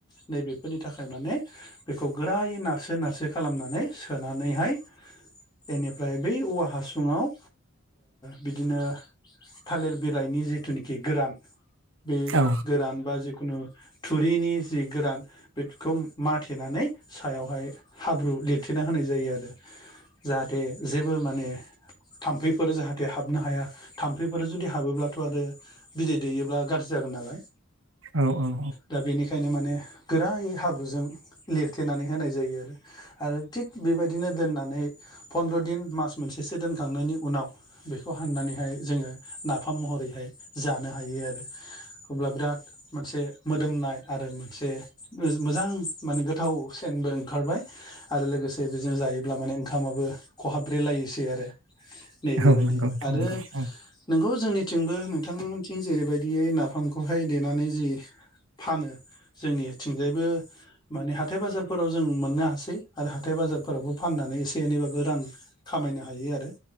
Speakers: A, on the left (about 20°); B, on the right (about 70°).
A: नैबे फोरनि थाखाय माने बेखौ गोरायै नारसो नारसो खालामनानै सोनानैहाय बेनिफ्राय बै औवा हासुङाव बिदिनो थालिर बिलाइनि जिथुनाखि गोरान बे
B: औ
A: गोरान बा जिखुनु थुरिनि जि गोरान बेखौ माथेनानै सायावहाय हाब्रु लिरथे ना होनाय जायो आरो जाहाथे जेबो माने थाम्फैफोर जाहाथे हाबनो हाया थाम्फैफोर जुदि हाबोब्लाथ' आरो बिदै दैयोब्ला गाज्रि जागोन नालाय
B: औ औ
A: दा बेनिखायनो माने गोरायै हाब्रुजों लिरथेनानै होनाय जायो आरो आरो थिग बेबायदिनो दोननानै फन्द्र' दिन मास मोनसेसो दोनखांनायनि उनाव बेखौ हाननानैहाय जोङो नाफाम महरैहाय जानो हायो आरो अब्ला बिराद मोनसे मोदोमनाय आरो मोनसे <unintelligible> मोजां माने गोथाव सेनबो ओंखारबाय आरो लोगोसे बेजों जायो तामाने ओंखामाबो खहाब्रलायसै आरो। नै बेेबायदि
B: औ नंगौ नोंथां
A: आरो
B: नंगौ औ
A: नोंगौ जोंनिथिंबो नोंथांमोनथिं जेरैबायदियै न फामखौहाय देनानै जि फानो जोंनिथिंजायबो माने हाथाय बाजारफोराव जों मोननो हासै आरो हाथथाय बाजार फाननानै एसे एनैबाबो रां खामायनो हायो आरो